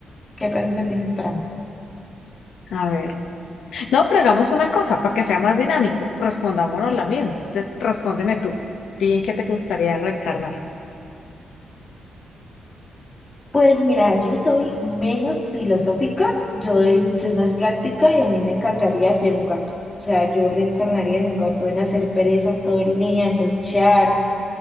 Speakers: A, on the left; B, on the left.
A: ¿qué pregunta tienes para
B: A ver. No, pero hagamos una cosa para que sea más dinámico. Respondámonos
A: mí?
B: la misma. Entonces, respóndeme tú. Di en qué te gustaría reencarnar.
A: Pues mira, yo soy menos filosófica, yo doy- soy más práctica y a mí me encantaría ser un gato. O sea, yo reencarnaría en un gato, en hacer pereza todo el día, en luchar,